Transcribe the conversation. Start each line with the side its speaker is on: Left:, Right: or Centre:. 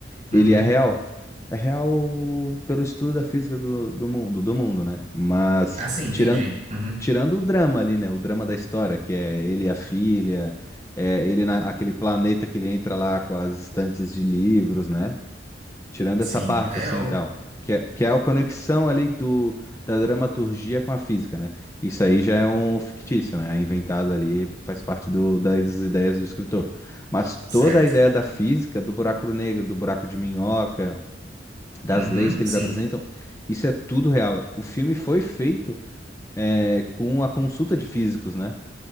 Right: Uhum.
Left: ele é real. É real pelo estudo da física do, do mundo, do mundo, né? Mas
Right: Ah, sim, entendi.
Left: tirando,
Right: Uhum.
Left: tirando o drama ali, né? O drama da história, que é ele e a filha, é ele naquele planeta que ele entra lá com as estantes de livros, né? Tirando
Right: Sim,
Left: essa parte,
Right: é
Left: assim,
Right: o.
Left: e tal. Que é, que é a conexão ali do, da dramaturgia com a física, né? Isso aí já é um fictício, né? É inventado ali, faz parte do, das ideias do escritor. Mas toda
Right: Certo.
Left: a ideia da física, do buraco negro, do buraco de minhoca, das
Right: Uhum,
Left: leis que
Right: sim.
Left: eles apresentam, isso é tudo real. O filme foi feito é, com a consulta de físicos, né?